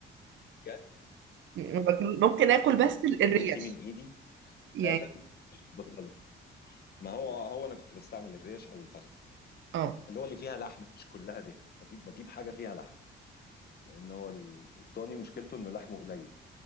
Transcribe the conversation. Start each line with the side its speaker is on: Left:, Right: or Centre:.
Left: بجد
Right: ما باكل ممكن اكل
Left: انا
Right: بس
Left: انت
Right: ال- الريش
Left: لو دقتي من ايدي
Right: يعني
Left: فعلا مش هتبطل ما هو هو انا كنت بستعمل الريش او الفخده
Right: اه
Left: اللي هو اللي فيها لحم مش كلها ده بجيب بجيب حاجه فيها لحم لان هو ال- الضاني مشكلته انه لحمه قليل